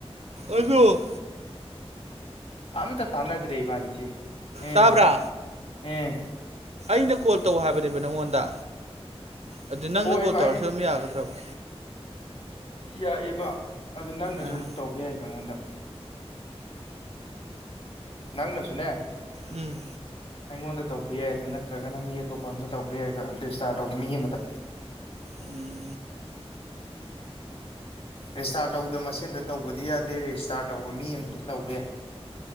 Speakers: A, on the right; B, on the left.
A: ꯑꯗꯨꯗꯣ
B: ꯑꯝꯇ ꯇꯥꯟꯅꯗ ꯔꯕꯥꯅꯤꯁꯤ ꯎꯝ
A: ꯇꯥꯕ꯭ꯔꯥ
B: ꯎꯝ
A: ꯑꯩꯅ ꯀꯣꯜ ꯇꯧ ꯍꯥꯏꯕꯅꯦꯕ ꯅꯪꯉꯣꯟꯗ ꯑꯗꯨ ꯅꯪꯅ
B: ꯍꯣꯏꯕ
A: ꯀꯣꯜ ꯇꯧꯔꯁꯨ ꯑꯗꯨꯝ ꯌꯥꯒꯗ꯭ꯔꯕ
B: ꯌꯥꯏ ꯑꯦꯕ ꯑꯗꯨ ꯅꯪꯅꯁꯨ
A: ꯑꯥ
B: ꯑꯃꯨꯛ ꯇꯧꯕ ꯌꯥꯏ ꯄꯉꯗ ꯅꯪ ꯅꯁꯨꯅꯦ
A: ꯎꯝ
B: ꯑꯩꯉꯣꯟꯗ ꯇꯧꯕ ꯌꯥꯏ ꯑꯗꯨ ꯅꯠꯇ꯭ꯔꯒꯅ ꯃꯤ ꯑꯇꯣꯞꯄ ꯑꯝꯗ ꯇꯧꯕ ꯌꯥꯏꯑꯕ ꯔꯦꯖꯤꯁꯇꯥꯔ ꯇꯧꯕ ꯃꯤ ꯑꯃꯗ
A: ꯎꯝ
B: ꯔꯦꯖꯤꯁꯇꯥꯔ ꯇꯧꯗꯕ ꯃꯁꯦꯟꯗ ꯇꯧꯕꯗꯤ ꯌꯥꯗꯦ ꯔꯦꯖꯤꯁꯇꯥꯔ ꯇꯧꯕ ꯃꯤ ꯑꯃꯗ ꯇꯧꯕ ꯌꯥꯏ